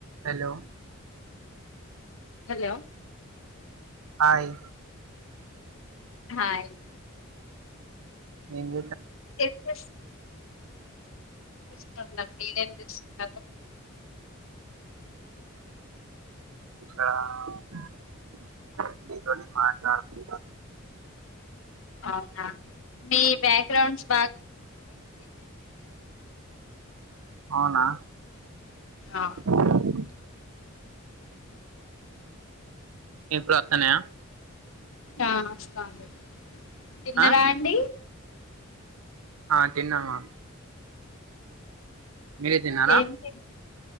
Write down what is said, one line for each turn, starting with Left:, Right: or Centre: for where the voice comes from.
Right: Hello
Left: hello
Right: hi
Left: hi
Right: ఏంజ
Left: ఎ ఫేష్ చూస్తున్నారు మీరు ఏంచేస్తున్నారు
Right: ఆ తోడి మాట్లాడుతు
Left: అవునా మీ బ్యాక్గ్రౌండ్
Right: అవునా
Left: ఆ
Right: ఉ ఇప్పుడు వస్తున్నాయా
Left: ఆ వస్తాంది తిన్నరా
Right: ఆ
Left: అండి
Right: ఆ తిన్నమా మీరు తిన్నారా
Left: ఏం తిన్